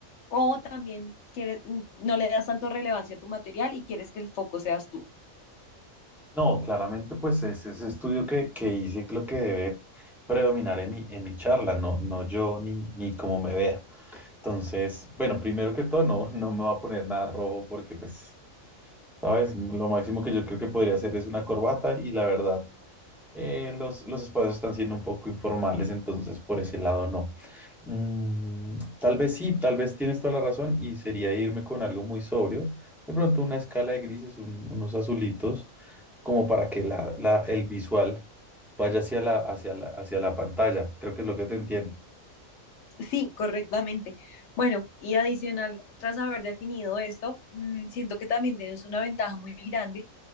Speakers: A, on the left; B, in the centre.
A: ¿O también quieres, no le das tanto relevancia a tu material y quieres que el foco seas tú?
B: No, claramente, pues es ese estudio que, que hice lo que debe predominar en mi, en mi charla, no, no yo ni, ni cómo me vea. Entonces, bueno, primero que todo, no, no me va a poner nada rojo porque, pues, ¿sabes? Lo máximo que yo creo que podría hacer es una corbata y la verdad, eh, los, los espacios están siendo un poco informales, entonces por ese lado no. Mm, tal vez sí, tal vez tienes toda la razón y sería irme con algo muy sobrio. De pronto una escala de grises, un- unos azulitos, como para que la, la- el visual vaya hacia la, hacia la, hacia la pantalla. Creo que es lo que te entiendo.
A: Sí, correctamente. Bueno, y adicional, tras haber definido esto, mm, siento que también tienes una ventaja muy grande